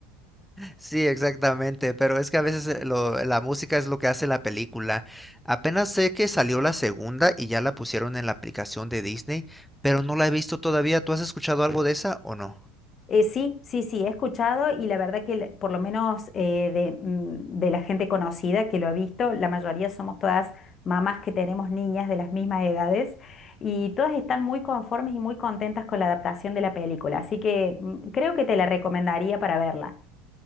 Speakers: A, in the centre; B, on the left.
A: Sí, exactamente, pero es que a veces eh, lo- la música es lo que hace la película. Apenas sé que salió la segunda y ya la pusieron en la aplicación de Disney, pero no la he visto todavía. ¿Tú has escuchado algo de esa o no?
B: Eh, sí, sí, sí, he escuchado y la verdad que la- por lo menos eh, de, mm, de la gente conocida que lo ha visto, la mayoría somos todas mamás que tenemos niñas de las mismas edades y todas están muy conformes y muy contentas con la adaptación de la película, así que mm, creo que te la recomendaría para verla.